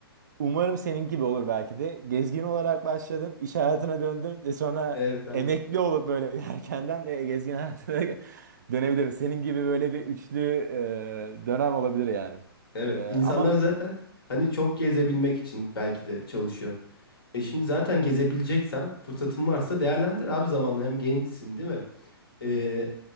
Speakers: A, on the right; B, on the left.
A: Umarım senin gibi olur belki de. Gezgin olarak başladım, iş hayatına döndüm ve sonra
B: Evet, aynen.
A: emekli olup böyle bir erkenden e, gezgin hayatına <laughs> dönebilirim. Senin gibi böyle bir üçlü e, dönem olabilir yani.
B: Evet,
A: E,
B: insanlar
A: ama
B: zaten hani çok gezebilmek için belki de çalışıyor. E şimdi zaten gezebileceksen, fırsatın varsa değerlendir abi zamanı. Hem gençsin değil mi? Ee,
A: Hı hı,